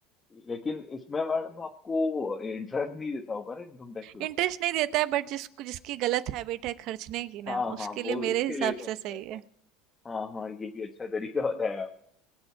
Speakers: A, on the left (about 20°); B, on the right (about 60°).
A: लेकिन इसमें मैडम आपको इंटरेस्ट नहीं देता होगा ना इनकम टैक्स विभाग
B: इंटरेस्ट नहीं देता है बट जिसको जिसकी गलत हैबिट है खर्चने की
A: हाँ
B: ना
A: हाँ
B: उसके
A: वो
B: लिए मेरे
A: उसके
B: हिसाब
A: लिए तो अच्छा
B: से सही
A: है
B: है
A: हाँ हाँ हाँ, ये भी अच्छा तरीका
B: <laughs>
A: बताया आपने